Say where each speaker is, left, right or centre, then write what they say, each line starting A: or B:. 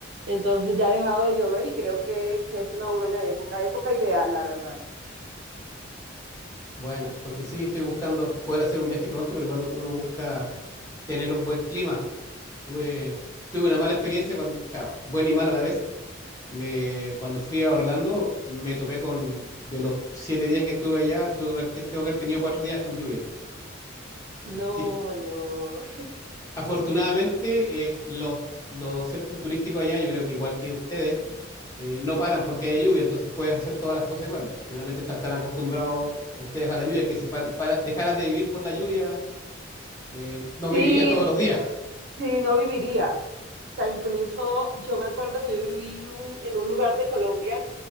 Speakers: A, on the right; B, on the left.
A: Entonces ya ha dejado de llover y creo que, que es una buena época, época ideal, la verdad.
B: Buenas, porque sí estoy buscando poder hacer un viaje pronto, pero igual uno busca tener un buen clima. Tuve, tuve una mala experiencia cuando, o sea, buena y mala a la vez. Me, cuando fui a Orlando, me topé con, de los siete días que estuve allá, tuve que haber- te- tengo que haber tenido cuatro días con lluvia.
A: No,
B: Así que,
A: no.
B: afortunadamente, eh, los, los centros turísticos allá, yo creo que igual que ustedes, eh, no paran porque haya lluvia, entonces puedes hacer todas las cosas igual. Finalmente estás tan acostumbrados ustedes a la lluvia que si para, para- dejaras de vivir por la lluvia eh, no
A: Sí,
B: vivirías todos los días. <laughs>
A: Sí, no vivirías. O sea, incluso yo me acuerdo que yo viví un- en un lugar de Colombia